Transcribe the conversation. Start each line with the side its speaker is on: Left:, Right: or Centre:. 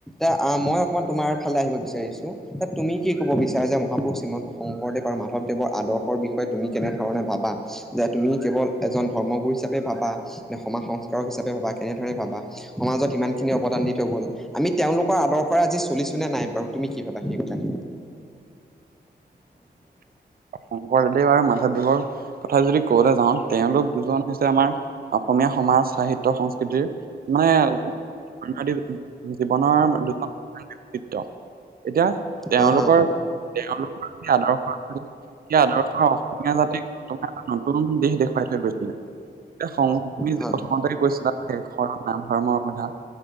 Centre: এ মই অকমান তোমাৰ ফালে আহিব বিচাৰিছো তুমি কি ক'ব বিচাৰা যে মহাপুৰুষ শ্ৰীমন্ত শংকৰদেৱ আৰু মাধৱদেৱৰ আদৰ্শ বিষয়ে তুমি কেনেধৰণে ভাবা। যে তুমি কেৱল এজন ধৰ্মগুৰু হিচাপে ভাবা নে, সমাজ সংস্কাৰক হিচাপে ভাবা কেনেধৰণে ভাবা। সমাজত ইমান খিনি অৱদান দি থৈ গ'ল আমি তেওঁলোকৰ আদৰ্শৰে আজি চলিছো নে নাই বাৰু তুমি কি ভাবা সেই কথা।
Right: শংকৰদেৱে আৰু মাধৱদেৱৰ কথা যদি ক'বলে যাওঁ তেওঁলোক দুজন হৈছে আমাৰ অসমীয়া সমাজ-সাহিত্য- সংস্কৃতিৰ মানে <unintelligible> জীৱনৰ দুজন <unintelligible> বক্তিত্ব। এতিয়া তেওঁলোকৰ,
Centre: হয় হয়
Right: তেওঁলোকৰ যি আদৰ্শ আছিল সেই আদৰ্শ অসমীয়া জাতিক তোমাৰ এটা নতুন দিশ দেখুৱাই থৈ গৈছিলে। এ <inaudible> তুমি
Centre: হয়
Right: প্ৰথমতে কৈছিলা <inaudible> সৰ নাম ধৰ্মৰ অৱধা।